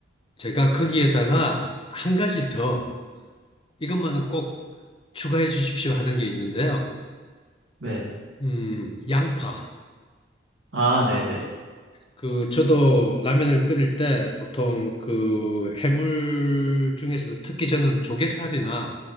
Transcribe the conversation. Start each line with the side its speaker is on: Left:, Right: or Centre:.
Left: 제가 거기에다가 한 가지 더, 이것만은 꼭 추가해 주십시오 하는 게 있는데요.
Right: 네.
Left: 음, 양파.
Right: 아, 네네.
Left: 그, 저도 라면을 끓일 때 보통 그 해물 중에서도 특히 저는 조개살이나